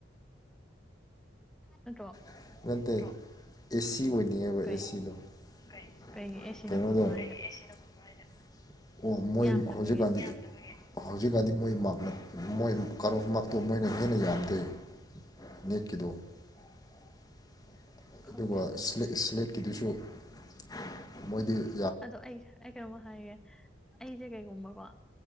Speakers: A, in the centre; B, on the left (about 20°).
A: ꯅꯠꯇ꯭ꯔꯣ
B: <inaudible>
A: ꯀꯩ ꯀꯩꯒꯤ ꯑꯦꯁ ꯁꯤꯅ ꯐꯕ꯭ꯔꯥ ꯍꯥꯏꯁꯦ
B: <inaudible>
A: ꯌꯥꯝꯗꯕꯒꯤ
B: <inaudible> <inaudible>
A: ꯈꯪꯗꯦ
B: <inaudible>
A: ꯑꯗꯨꯗꯤ ꯑꯗꯣ ꯑꯩ ꯑꯩ ꯀꯩꯅꯣꯝꯃ ꯍꯥꯏꯒꯦ ꯑꯩꯁꯦ ꯀꯩꯒꯨꯝꯕꯀꯣ